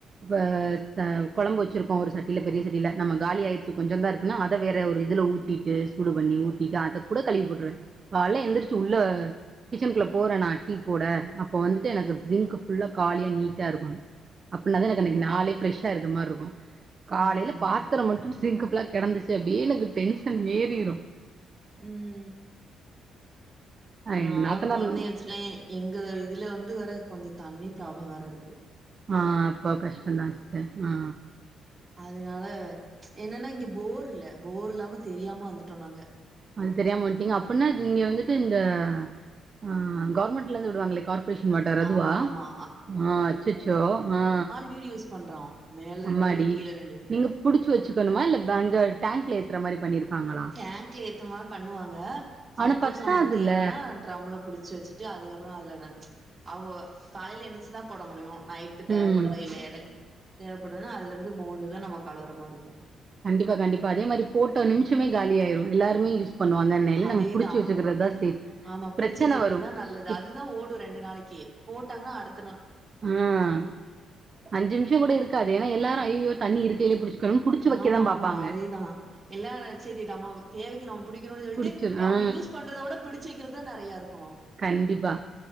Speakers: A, on the right; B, on the right.
A: பா ச கொழம் வச்சிருக்கோ ஒரு சட்டில பெரிய சட்டில நம்ம காலி ஆய்ர்ச்சு கொஞ்சன் தா இருக்குன்னா அத வேற ஒரு இதுல ஊத் திட்டு சூடு பண்ணி ஊத்திட்டு அத கூட கழுவி போட்ருவ காலைல எந்திரிச்சி
B: ம்.
A: உள்ள கிச்சனுக்குள்ள போறே நா டீ போட அப்போ வந்துட்டு எனக்கு ஜிங்க் ஃபுல்லா காலியா நீட்டா இருக்கணு அப்டின்னா தா
B: ம்.
A: எனக்கு அன்னிக்கு நாளே ஃப்ரெஷ்ஷா இருக்க மாரி இருக்கு காலைல
B: ம்.
A: பாத்தரோ மட்டு சின்க்‌கு ஃபுல்லா கெடந்துச்சு அப்டியே எனக்கு டென்ஷன் ஏறிரு
B: உம்
A: அ
B: நா
A: நாத்தனார்
B: கொழந்தைங்க வச்சிருக்கே எங்க இதுல வந்து வேற கொஞ்சோ தண்ணி ப்ராப்ளோ வேற இருக்கு
A: ஆ அப்போ கஷ்ட்டோ தா சிஸ்டர் ஆ
B: அத்னால என்னன்னா இங்க போர் இல்ல போர் இல்லாம தெரியாம வந்துட்டோ நாங்க
A: அது தெரியாம வந்த்ட்டிங்க அப்புடின்னா நீங்க வந்துட்டு இந்த ஆ கவர்மென்ட் ல இருந்து விடுவாங்களே கார்ப் ப்ரேஷன் வாட்டர் அதுவா
B: ஆமா ஆமா
A: ஆ அச்சச்சோ அ
B: ப்யூர் யூஸ் பண்றோ மேல
A: அம்மாடி
B: ரெண்டு வீடு கீழ ரெண்டு வீடு
A: நீங்க புடிச்சு வச்சுக்கணுமா இல்ல அங்க டேங்கல ஏத்துற மாரி பண்ணியிருக்காங்களா
B: டேங்க்ல ஏத்துமா பண்ணுவாங்க சப்போஸ்
A: ஆனா பத்தாதுல்ல
B: நமக்கு தேவன்னா ட்ரம்ல புடிச் ச்சு வச்சுட்டு அதுக்கப்பறோ அதுல நானு அவுங்கோ காலைல எந்துச்சுதா போட முடியு நயிட்டு தேவப்படுது
A: ம்
B: இல்ல எடைல தேவைப்படுதுன்னா அதுல இருந்து மோந்துதா நம்ம கழுவுறமாரி இருக்கு
A: கண்டிப்பா கண்டிப்பா அதேமாரி போட்ட நிம்ஷமே காலியாயிரு எல்லாருமே யூஸ் பண்ணுவாங்கன்னேல
B: அதேதா
A: நம்ம புடிச்சு வச்சுக்கறதுதா சேஃப்
B: ஆமா புடிச்சு
A: பிரச்சன
B: வச்சுக்கிறதுதா
A: வரு
B: நல்லது
A: இப்
B: அதுதா ஓடு ரெண்டு நாளைக்கு போட்டாங்கன்னா அடுத்த நா
A: ம் அஞ்சு நிமிஷோ கூட இருக்காது ஏன்னா எல்லாரு ஐய்யய்யோ தண்ணி இருக்கையிலே புடிச்சுக்கணும்னு புடிச்சு வைக்க
B: ஆமாம்மாம்மா
A: தா பாப்பாங்க
B: அதேதா எல்லா செரி நமோ தேவக்கீ நம்ம புடிக்கணுன்னு சொல்ட்டு
A: புடிச்சிரு
B: அவங்க
A: ஆ
B: யூஸ் பண்றதவுட பிடிச் சு வெக்கீறதா நெறையா இருக்கு
A: கண்டிப்பா